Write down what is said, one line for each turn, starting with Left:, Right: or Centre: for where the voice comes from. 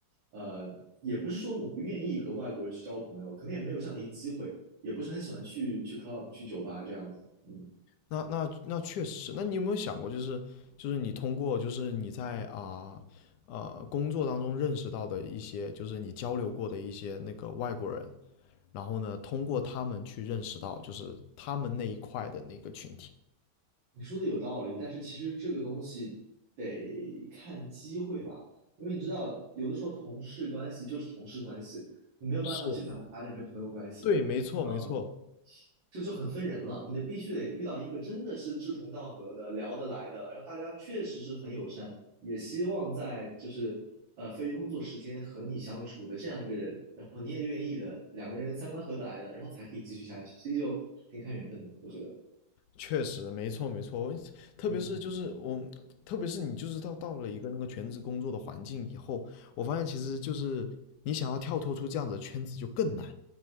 Right: 呃，也不是说我不愿意和外国人去交朋友，可能也没有这样的一个机会，也不是很喜欢去去 club 去酒吧这样子。嗯，
Left: 那那那确实，那你有没有想过，就是就是你通过就是你在啊呃工作当中认识到的一些，就是你交流过的一些那个外国人，然后呢，通过他们去认识到就是他们那一块的那个群体。
Right: 你说的有道理，但是其实这个东西得看机会吧，因为你知道，有的时候同事关系就是同事关系，你没有办法去把它发展成朋友关系。
Left: 是，对，没错没错。
Right: 嗯。这个就很分人了，你得必须得遇到一个真的是志同道合的、聊得来的，然后大家确实是很友善，也希望在就是呃非工作时间和你相处的这样一个人，然后你也愿意的，两个人三观合得来的，然后才可以继续下去，所以就挺看缘分的，我觉得。
Left: 确实，没错没错，特别是就是我，
Right: 嗯，
Left: 特别是你就是到到了一个那个全职工作的环境以后，我发现其实就是你想要跳脱出这样子的圈子就更难。